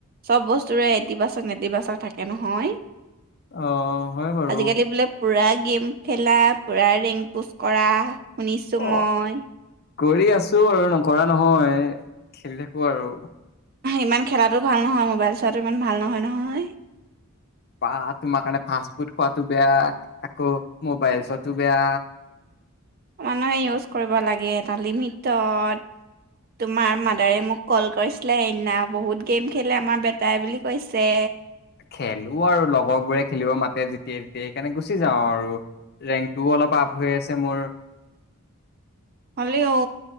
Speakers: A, on the right (about 40°); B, on the left (about 45°).
A: চব বস্তুৰে ইতিবাছক নেটিবাছক থাকে নহয়
B: অ হয় বাৰু
A: আজিকালি বোলে পুৰা গেম খেলা পূৰা ৰেঙ্ক পোচ কৰা শুনিছো
B: অ
A: ম‌ই
B: কৰি আছো আৰু নকৰা নহয় খেলি থাকো আৰু
A: ইমান খেলাটো ভাল নহয় মোবাইল চোৱাটো ইমান ভাল নহয় নহয়
B: বা তোমাৰ কাৰণে ফাষ্ট ফুড খোৱাটো বেয়া আকৌ মোবাইল চোৱাটো বেয়া
A: মানহে ইউছ কৰিব লাগে এটা লিমিটত তোমাৰ মাদাৰে মোক কল কৰিছিলে সেইদিনা বহুত গেম খেলে আমাৰ বেটাই বুলি কৈছে
B: খেলো আৰু লগৰ বোৰে খেলিব মাতে যেতিয়াই তেতিয়াই সেইকাৰণে গুচি যাওঁ আৰু ৰেঙ্কটোও অলপ আপ হৈ আছে মোৰ
A: হ'লেও